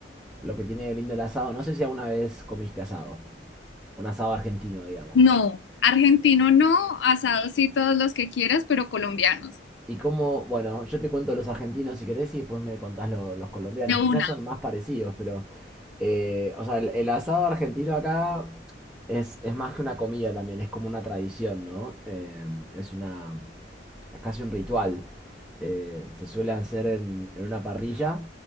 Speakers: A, in the centre; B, on the left.
A: lo que tiene de lindo el asado, no sé si alguna vez comiste asado, un asado argentino, digamos.
B: No, argentino no, asado sí todos los que quieras, pero colombianos,
A: Y cómo, bueno, yo te cuento los argentinos si querés y después me contás lo- los colombianos.
B: de una.
A: Quizás son más parecidos, pero, eh, o sea, el, el asado argentino acá es, es más que una comida también, es como una tradición, ¿no? Eh, es una, es casi un ritual eh, se suele hacer en, en una parrilla,